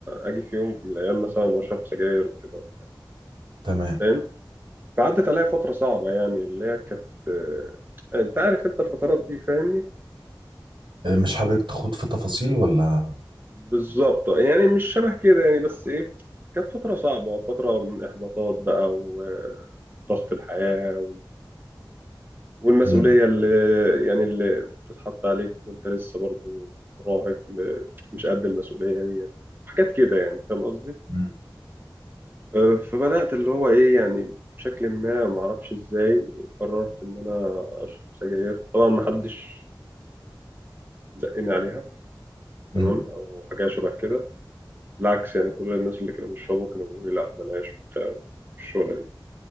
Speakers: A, on the right (about 25°); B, on the right (about 80°).
A: اجي في يوم من الايام مثلا واشرب سجاير وكده
B: تمام
A: فاهم فعدت عليا فترة صعبة يعني اللي هي كانت آه، انت عارف انت الفترات دي فاهمني
B: إيه، مش حابب تخوض في تفاصيل ولا
A: بالظبط يعني مش شبه كده يعني بس ايه كانت فترة صعبة فترة من احباطات بقى وضغط الحياة و- والمسؤولية
B: مم.
A: اللي يعني اللي بتتحط عليك وانت لسه برضو مراهق م- مش قد المسؤولية دي حاجات كده يعني فاهم قصدي
B: مم.
A: آه، فبدأت اللي هو ايه يعني بشكل ما معرفش ازاي قررت ان انا اشرب سجاير طبعا محدش زقني عليها
B: مم.
A: تمام او حاجه شبه كده بالعكس يعني كل الناس اللي كانوا بيشربوا كانوا بيقولوا لي لا بلاش وبتاع الشغله دي